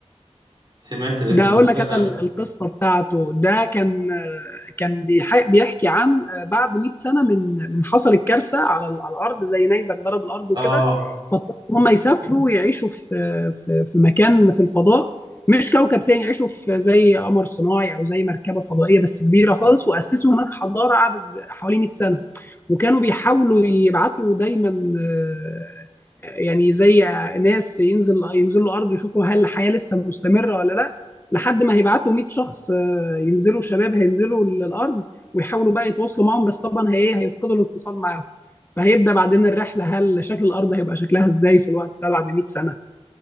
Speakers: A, on the right; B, on the left.
A: سمعت الاسم
B: ده اقول
A: بس
B: لك
A: لا
B: انا
A: لا
B: ال- القصه بتاعته ده كان آه، كان بيح- بيحكي عن آه، بعد 100 سنه من من حصلت كارثه على ال- على الارض زي نيزك ضرب الارض وكده
A: اه
B: فاضطروا ان هم يسافروا ويعيشوا في في في مكان في الفضاء مش كوكب تاني يعيشوا في زي قمر صناعي او زي مركبه فضائيه بس كبيره خالص واسسوا هناك حضاره قعدت حوالي 100 سنه وكانوا بيحاولوا يبعتوا دايما آه، يعني زي ناس ينزل ينزلوا الارض يشوفوا هل الحياه لسه مستمره ولا لا لحد ما هيبعتوا 100 شخص آه، ينزلوا شباب هينزلوا الارض ويحاولوا بقى يتواصلوا معاهم بس طبعا هي ايه هيفقدوا الاتصال معاهم فهيبدا بعدين الرحله هل شكل الارض هيبقى شكلها ازاي في الوقت ده بعد 100 سنه